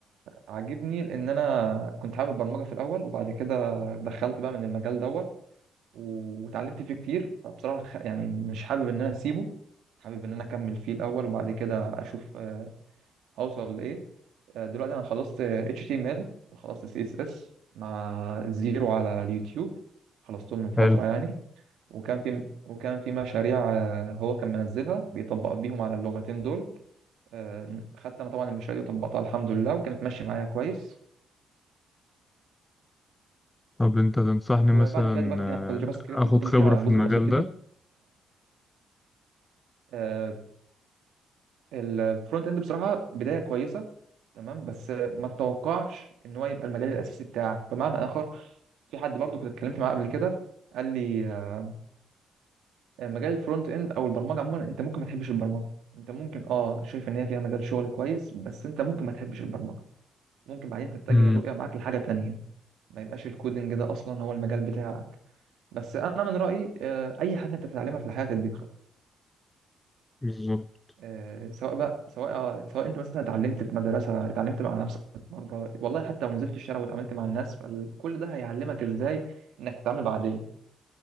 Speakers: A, on the right; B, on the left.
A: عاجبني لان انا كنت حابب البرمجه في الاول وبعد كده دخلت بقى من المجال دوت و- واتعلمت فيه كتير فبصراحة خ- يعني مش حابب ان انا اسيبه حابب ان انا اكمل فيه الاول وبعد كده اشوف آه، اوصل لايه آه، دلوقتي انا خلصت آه، HTML وخلصت CSS مع الزيرو على اليوتيوب خلصتهم من فترة
B: حلو
A: يعني وكان في وكان في مشاريع آه، هو كان منزلها بيطبق بيهم على اللغتين دول آه، خدت انا طبعا المشاريع دي وطبقتها الحمد لله وكانت ماشية معايا كويس
B: طب أنت تنصحني
A: وبعد
B: مثلا
A: كده دلوقتي
B: آه،
A: انا في الجافا سكريبت
B: آخد
A: فاضل
B: خبرة
A: لي فيها
B: في
A: جزء
B: المجال
A: بسيط
B: ده؟
A: جدا الفرونت اند بصراحه بدايه كويسه تمام بس ما تتوقعش ان هو يبقى المجال الاساسي بتاعك بمعنى اخر في حد برضو كنت اتكلمت معاه قبل كده قال لي آه، مجال الفرونت اند او البرمجه عموما انت ممكن ما تحبش البرمجه انت ممكن اه شايف ان هي فيها مجال شغل كويس بس انت ممكن ما تحبش البرمجه ممكن بعدين تتجه
B: امم
A: الرؤيه معاك لحاجه تانية ما يبقاش الكودنج ده اصلا هو المجال بتاعك بس انا من رايي آه، اي حاجه انت بتتعلمها في الحياه تديك خبرة.
B: بالظبط
A: آه، سواء بقى سواء آه، سواء انت مثلا اتعلمت في مدرسه اتعلمت مع نفسك مره والله حتى لو نزلت الشارع واتعاملت مع الناس فكل ده هيعلمك ازاي انك تتعامل بعدين